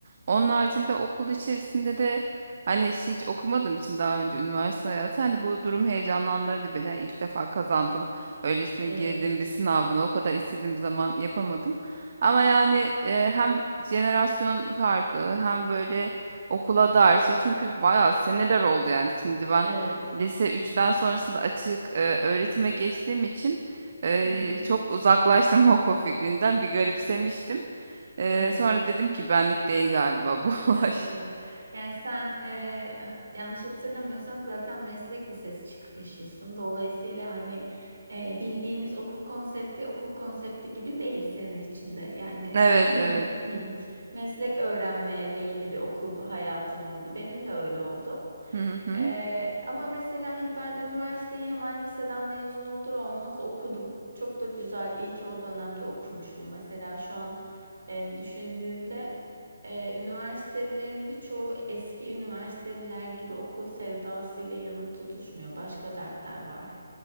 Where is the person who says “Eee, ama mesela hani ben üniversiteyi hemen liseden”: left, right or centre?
Right